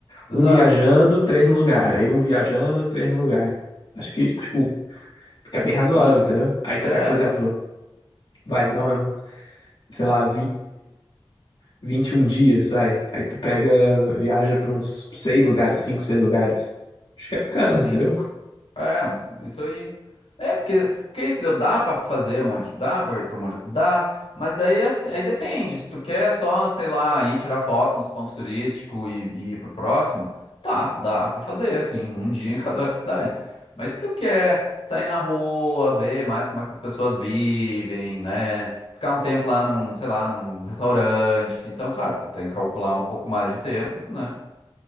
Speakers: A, on the left; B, on the left.
A: exato,
B: Um viajando, três no lugar. Aí um viajando, três no lugar. Acho que, tipo, fica bem razoável,
A: sim,
B: entendeu? Aí você
A: é,
B: pega, por exemplo, vai, dá um, sei lá, 20, um dias, vai. Aí tu pega, viaja pra uns seis lugares, cinco, seis lugares. Acho que é bacana, entendeu?
A: sim. É, um- isso aí. É, porque, porque isso deu, dá pra fazer um monte, dá pra ir pra um monte, dá, mas daí é assim, aí depende, se tu quer só, sei lá, ir tirar foto nos pontos turísticos e, e ir pro próximo, tá, dá pra fazer, assim, um dia em cada <laughs> cidade. Mas se tu quer sair na rua, ver mais como é que as pessoas vivem, né, ficar um tempo lá num, sei lá, num restaurante, então, claro, tu tem que calcular um pouco mais de tempo, né,